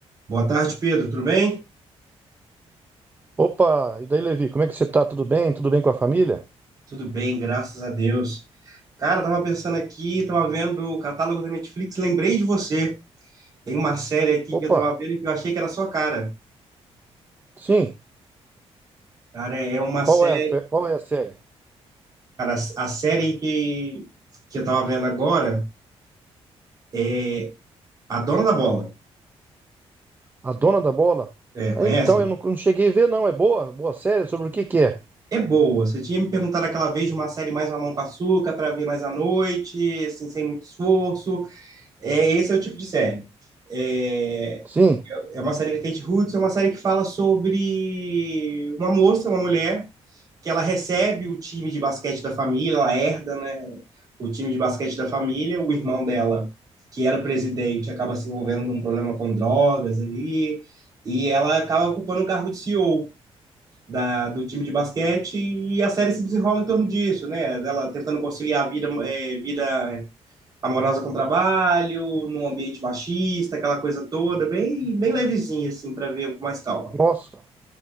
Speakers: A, on the right; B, on the right.
A: Boa tarde, Pedro. Tudo bem?
B: Opa, e daí, Levi, como é que você tá? Tudo bem? Tudo bem com a família?
A: Tudo bem, graças a Deus. Cara, tava pensando aqui, tava vendo o catálogo da Netflix, lembrei de você. Tem uma série aqui
B: Opa,
A: que eu tava vendo que eu achei que era a sua cara.
B: sim.
A: Cara, é uma
B: Qual
A: série,
B: é a, fe- qual é a série?
A: cara, a série que, que eu tava vendo agora, é A Dona da Bola.
B: A Dona da Bola?
A: É,
B: Ah,
A: conhece?
B: então, eu não, não cheguei a ver, não. É boa? Boa série? Sobre o que que é?
A: É boa. Você tinha me perguntado aquela vez de uma série mais mamão com açúcar para ver mais à noite, assim, sem muito esforço. É, esse é o tipo de série. É,
B: Sim.
A: é uma série com a Kate Hudson, é uma série que fala sobre uma moça, uma mulher, que ela recebe o time de basquete da família, ela herda, né, o time de basquete da família, o irmão dela, que era o presidente, acaba se envolvendo num problema com drogas ali, e ela acaba ocupando o cargo de CEO da, do time de basquete, e a série se desenrola em torno disso, né, dela tentando conciliar a vida, é, vida amorosa com trabalho, num ambiente machista, aquela coisa toda, bem, bem levezinha, assim, para ver com mais calma.
B: Nossa.